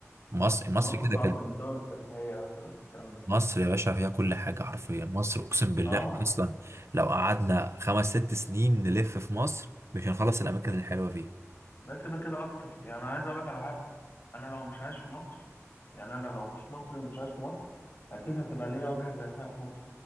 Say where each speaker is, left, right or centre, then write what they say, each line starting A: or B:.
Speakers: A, on the right; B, on the left.
A: مصر مصر
B: ومصر
A: كده
B: تعد
A: كده
B: من الدول السياحية مثلا في الكلام ده
A: مصر يا باشا فيها كل حاجة حرفيا مصر أقسم بالله
B: اه
A: إحنا أصلا لو قعدنا خمس ست سنين نلف في مصر مش هنخلص الأماكن الحلوة فيها
B: لا كده كده اكتر يعني انا عايز اقول لك على حاجة انا لو مش عايش في مصر يعني انا لو مش مصري ومش عايش في مصر اكيد هتبقى ليا وجهة سياحية في مصر